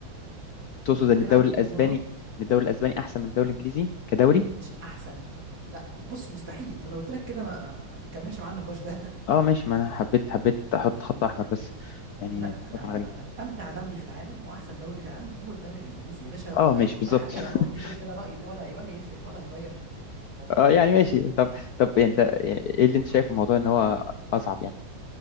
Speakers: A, on the left (about 70°); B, on the right (about 50°).
A: تقصد
B: انك
A: ان
B: تلعب
A: الدوري
B: فيه
A: الاسباني
B: كوره
A: ان الدوري الاسباني احسن من الدوري الانجليزي كدوري
B: مش احسن لا بص مستحيل انا لو قلت لك كده ما تكملش معاه النقاش ده <laughs>
A: اه ماشي ما انا حبيت حبيت احط خط احمر بس يعني
B: لا
A: الموضوع
B: لا
A: كان
B: لا
A: غريب
B: لا لا امتع دوري في العالم واحسن دوري في العالم هو الدوري الانجليزي يا باشا
A: اه ماشي
B: والله
A: بالظبط
B: حتى
A: <laughs>
B: لو انا قلت غير كده رايي ده ولا ولا يفرق ولا هيغير في الموضوع
A: اه
B: حاجه
A: يعني ماشي طب طب إيه انت ايه اللي انت شايفه الموضوع ان هو اصعب يعني